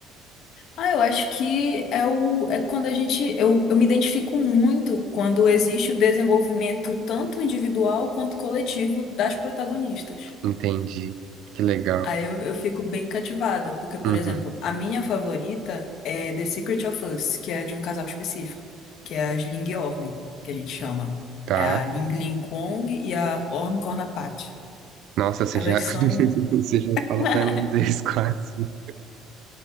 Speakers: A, on the left (about 50°); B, on the right (about 50°).
A: Ah, eu acho que é o é quando a gente eu, eu me identifico muito quando existe o desenvolvimento tanto individual quanto coletivo das protagonistas.
B: Entendi. Que legal.
A: Aí eu, eu fico bem cativada, porque, por
B: Uhum.
A: exemplo, a minha favorita é The Secret of Us, que é de um casal específico, que é as Ling e Orm, que a gente chama.
B: Tá.
A: É a Ling Ling Kong e a Orm Cornapat.
B: Nossa, você
A: Elas
B: já,
A: são.
B: <laughs> você já fala
A: <laughs>
B: tailandês <laughs> quase.